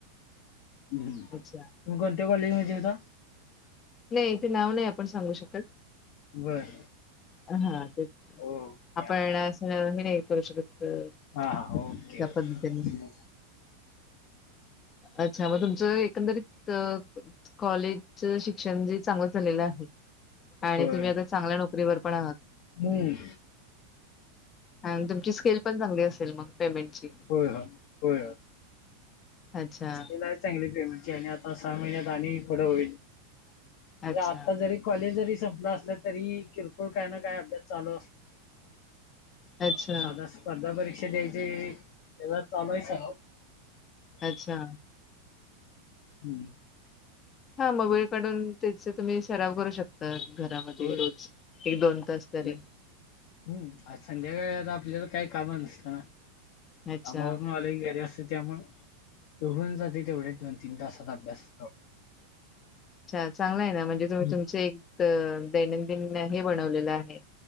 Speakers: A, on the left (about 60°); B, on the left (about 30°).
A: तुम
B: अच्छा
A: कोणत्या कॉलेज मध्ये होता
B: नाही इथे नाव नाही आपण सांगू शकत
A: बर
B: हा ते
A: ओके
B: आपण
A: हा
B: असं हे नाही करू शकत अ,
A: हा हा ओके
B: त्या
A: ओके
B: पद्धतीने. अच्छा मग तुमचं एकंदरीत कॉलेज शिक श् चांग झाले आहे आणि
A: होय
B: तुम्ही आ चांगल्या नोकरीवर पण
A: हम्म
B: आणि तुमची स्केल पण चांगली असेल मग पेमेंटची.
A: हो ह हो
B: अच्छा,
A: ल आहे चांगली पेमेंटची आणि आता सहा महिन्यात आणि पुढं होईल
B: अच्छा,
A: आता जरी कॉलेज जरी संपला असलं तरी किरकोळ काय ना काय अभ्यास चालू असत
B: अच्छा,
A: साधा स्पर्धा परीक्षा द्यायची त्याला चालू आहे सग
B: अच्छा
A: हम्म
B: हा मग वेळ काढून त्याच तुम्ही सराव करू शकता घरामध्ये
A: होय
B: रोज एक दोन तास तरी
A: न- हम्म आज संध्याकाळी आता आपल्याला काही काम नसतं ना
B: अच्छा.
A: कामावरून आले की घरी अस त्यामुळे ते होन जाते तेवढे दोन तीन तासात अभ्यास
B: अच्छा चांगला आहे ना म्हणजे तुम्ही
A: हम्म
B: तुमच एक दैनंदिन हे बनवलेलं आहे